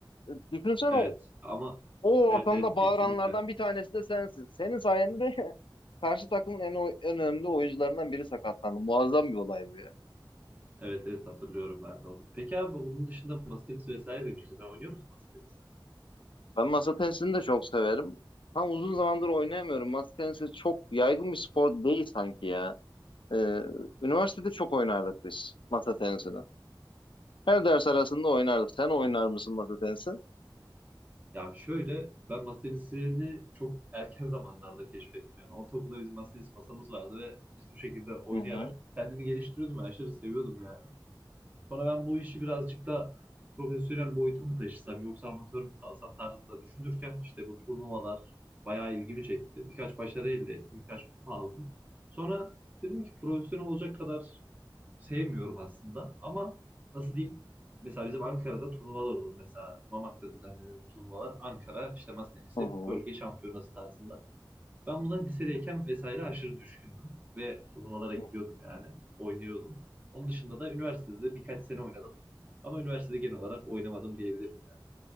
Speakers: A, on the left; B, on the right.
A: E, Düşünsene
B: Evet
A: o,
B: ama
A: o ortamda
B: evet evet kesinlikle.
A: bağıranlardan bir tanesi de sensin. Senin sayende <laughs> karşı takımın en, o- en önemli oyuncularından biri sakatlandı. Muazzam bir olay bu ya.
B: Evet evet hatırlıyorum ben de onu. Peki abi bunun dışında masa tenisi vesaire demiştin. Sen oynuyor musun masa tenisi?
A: Ben masa tenisini de çok severim. Tam uzun zamandır oynayamıyorum. Masa tenisi çok yaygın bir spor değil sanki ya. E, üniversitede çok oynardık biz masa tenisini. Her ders arasında oynardık. Sen oynar mısın masa tenisi?
B: Ya şöyle ben masa tenisini çok erken zamanlarda keşfettim. Yani ortaokulda bizim masa tenisi masamız vardı ve biz bu şekilde oynayarak
A: Hı hı.
B: kendimi geliştiriyordum ve aşırı seviyordum yani. Sonra ben bu işi birazcık da profesyonel boyuta mı taşısam yoksa amatör mü kalsam tarzında düşünürken işte bu turnuvalar bayağı ilgimi çekti. Birkaç başarı elde ettim, birkaç kupa aldım. Sonra dedim ki profesyonel olacak kadar sevmiyorum aslında ama nasıl diyeyim? Mesela bizim Ankara'da turnuvalar olur. Mesela Mamak'ta düzenlenir bu turnuvalar. Ankara işte masa tenisi
A: Hı hı.
B: bölge şampiyonası tarzında. Ben buna lisedeyken vesaire aşırı düşkündüm ve turnuvalara gidiyordum
A: Hı.
B: yani. Oynuyordum. Onun dışında da üniversitede de birkaç sene oynadım. Ama üniversitede genel olarak oynamadım diyebilirim ya.